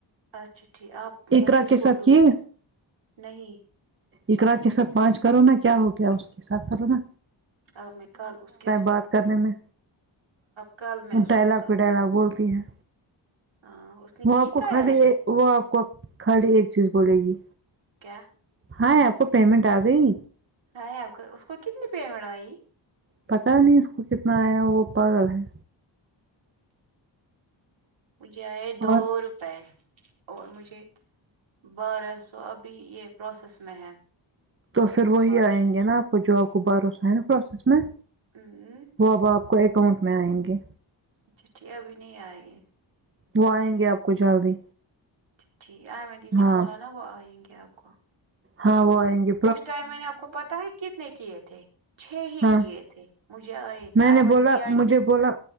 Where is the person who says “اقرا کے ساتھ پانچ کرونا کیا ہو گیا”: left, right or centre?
Right